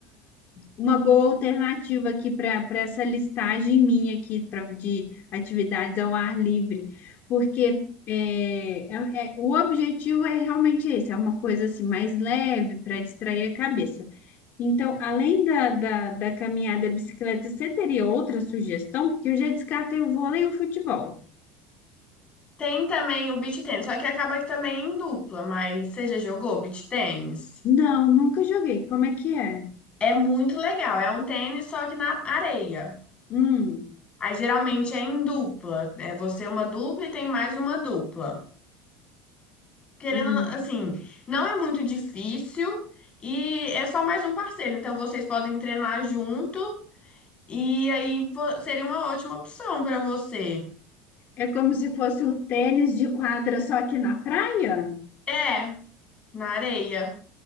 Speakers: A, on the left (about 45°); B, on the left (about 25°).
A: uma boa alternativa aqui para para essa listagem minha aqui pra, de atividades ao ar livre, porque é, é- é- o objetivo é realmente esse, é uma coisa assim mais leve para distrair a cabeça. Então, além da, da, da caminhada e bicicleta, você teria outra sugestão? Porque eu já descartei o vôlei e o futebol.
B: Tem também o beach tennis, só que acaba que também é em dupla, mas você já jogou beach tennis?
A: Não, nunca joguei. Como é que é?
B: É muito legal, é um tênis só que na areia.
A: Hum,
B: Aí geralmente é em dupla, é você uma dupla e tem mais uma dupla. Querendo,
A: hum.
B: assim, não é muito difícil e é só mais um parceiro. Então vocês podem treinar junto e aí vo- seria uma ótima opção para você.
A: É como se fosse o tênis de quadra, só que na praia?
B: É, na areia.